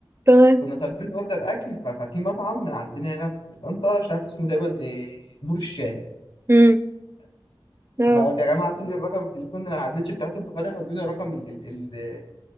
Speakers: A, on the right; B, on the left.
A: تمام
B: كنا طالبين اوردر اكل ف- ففي مطعم من عندنا هنا في طنطا مش عارف اسمه تقريبا إيه، نور الشام
A: امم اه
B: فقلت يا جماعه هاتوا لي الرقم التليفون اللي على البيتش بتاعتهم ففتحوا ادوني رقم ال ال ال